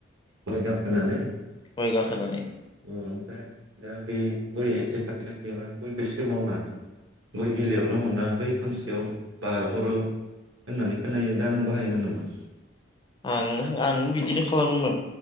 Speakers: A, on the right; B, on the left.
A: गय गाखो नानै
B: गय गाखोनानै
A: ओमफ्राय दा बे गयया एसे खा खाथि खाथिबा गयखौसो मावनानै गय बिलाइयावनो हमना बै फांसेयाव बारहरो होननानै खोनायो दा नों बो हायोमोन नामा?
B: आं आं बिदिनो खालामोमोन